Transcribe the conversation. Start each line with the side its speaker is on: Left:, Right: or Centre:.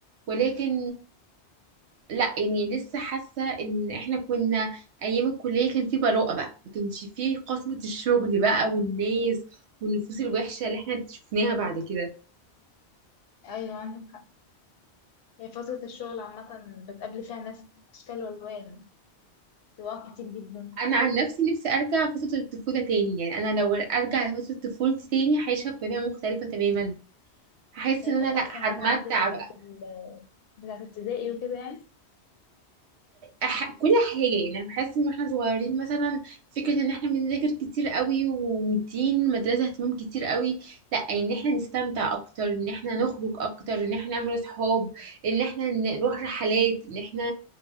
Right: ولكن لا يعني لسه حاسه ان احنا كنا ايام الكليه كان في براءه بقى ما كانش في قسوه الشغل بقى والناس والنفوس الوحشه اللي احنا شفناها بعد كده
Left: ايوه عندك حق هي فتره الشغل عامه بتقابلي فيها ناس اشكال والوان طباع كتير جدا
Right: انا عن نفسي نفسي ارجع فتره الطفوله تاني يعني انا لو ارجع لفتره طفولتي تاني هعيشها بطريقه مختلفه تماما هحس
Left: هي
Right: ان
Left: كانت
Right: انا
Left: احسن
Right: لا هتمتع
Left: فتره عندك بتاعت
Right: بقى
Left: ال بتاعت ابتدائي وكده يعني
Right: أح... كل حاجة يعني أنا بحس إن إحنا صغيرين مثلا فكرة إن إحنا بنذاكر كتير قوي ومدين المدرسة اهتمام كتير قوي لأ إن إحنا نستمتع أكتر إن إحنا نخرج أكتر إن إحنا نعمل أصحاب إن إحنا ن- نروح رحلات إن إحنا